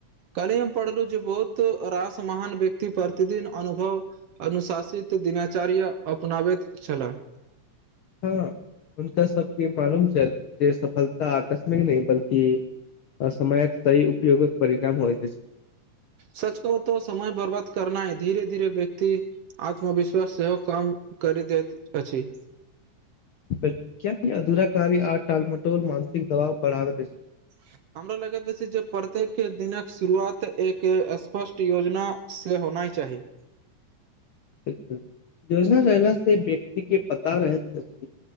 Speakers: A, on the right; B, on the left.
A: कल्हि हम पढ़लहु जे बहुत रास महान व्यक्ति प्रतिदिन अनुभव अनुशासित दिनाचार्य अपनाबैत छलाह
B: हँ हुनका सबके मालूम छैल जे सफलता आकस्मिक नहि बल्कि आ समयक सही उपयोगक परिणाम होइत अछि
A: सच कहु तो समय बर्बाद करनाए धीरे धीरे व्यक्ति आत्मविश्वास सेहो काम करि देैत अछि
B: <unintelligible> कियाकि अधूरा कार्य आ टालमटोल मानसिक दबाव बढ़ावैत अछि
A: <inaudible> हमरा लगैत अछि जे प्रत्येक दिनक शुरुआत एक स्पष्ट योजना से होनाय चाही
B: बिलकु योजना रहलास से व्यक्ति के पता रहैत अछि